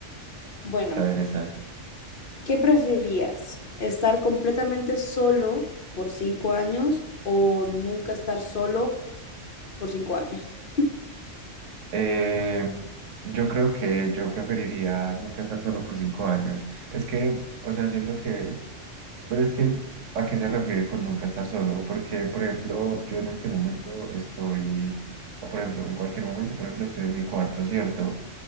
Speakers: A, on the left (about 45°); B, on the right (about 75°).
A: Bueno,
B: está bien, está bien.
A: ¿qué preferirías? ¿Estar completamente solo por cinco años o nunca estar solo por cinco años?
B: Eh, yo creo que yo preferiría nunca estar solo por cinco años. Es que, o sea, siento que, pero es que, ¿a qué se refiere con nunca estar solo? Porque, por ejemplo, yo en este momento estoy, o por ejemplo, en cualquier momento, por ejemplo, estoy en mi cuarto, ¿cierto?